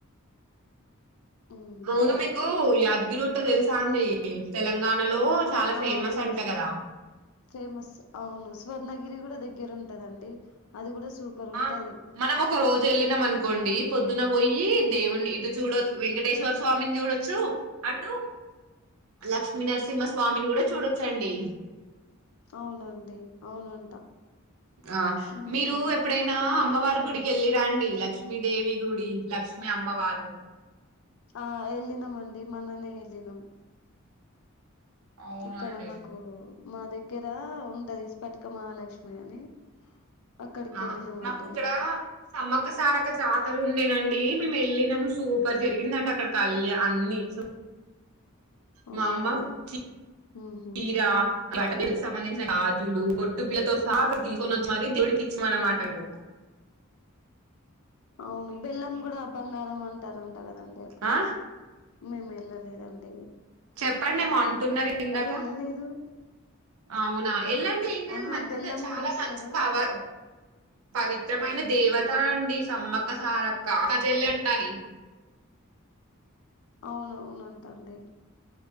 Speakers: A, on the left; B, on the right.
A: ఉమ్
B: అవును మీకు యాడ్ తగ్గిరట్ట తెలుసా అండి తెలంగాణ నలో చాలా
A: ఆ
B: ఫేమస్
A: తెలుసు
B: అంట కదా
A: ఫేమస్ అవును స్వర్ణగిరి కూడా దగ్గర ఉంటదండి అది కూడా సూపర్ ఉంటది
B: ఆ మనం ఒక రోజు వెళ్ళినాం అనుకోండి పొద్దున్న పోయి దేవుని ఇటు చూడొచ్చు వెంకటేశ్వర స్వామిని చూడొచ్చు అటు లక్ష్మీ నరసింహ స్వామిని కూడా చూడొచ్చండి
A: అవునండి అవునంట
B: ఆ
A: ఉమ్
B: మీరు ఎప్పుడైనా అమ్మవారి
A: మీ
B: గుడికి వెళ్ళిరాండి డి లక్ష్మిీదేవి గుడి లక్ష్మి అమ్మవారు
A: ఆ ఎళనమ్ అండి మననే ఏలినం
B: అవునండి
A: ఇక్కడ మాకు మా దగ్గర ఉంటది విస్ఫటిక మహాలక్ష్మి అని అక్కడికి
B: ఆ
A: వెళ్ళినామండి
B: మాకు ఇక్కడ సమ్మక్క సారక జాతర ఉండేనండి అండి మేము వెళ్ళినాం సూపర్ జరిగింది అండి అక్కడ కళ్యా అన్ని స
A: అవునా
B: మా అమ్మ చ
A: ఉహు
B: చీరా బటర్ క సంబంధించిన గాజులు బొట్టు పిల్లతో సాగ తీసుకొని వచ్చు మరి దేవుడికి ఇచ్చమన్నమాట నువ్వు
A: అవును బెల్లం కూడా అ బంగారం అంటారంట కదండి అక్కడ
B: ఆ
A: మేం ఎళ్ళలేదండి
B: చెప్పండి ఏమో అంటున్నారు ఇందాక
A: వెళ్ళలేదు
B: అవునా ఎళ్ళండి ఏం కాదు
A: ఆహా
B: మంచిదే
A: బెల్లం
B: చాలా
A: కూడా ఇస్తారు
B: మంచి పవార్
A: అంటున్నా
B: పవిత్రమైన దేవత అండి సమ్మక్క సారక్క అక్కజల్లంట నే
A: అవునవునంటండి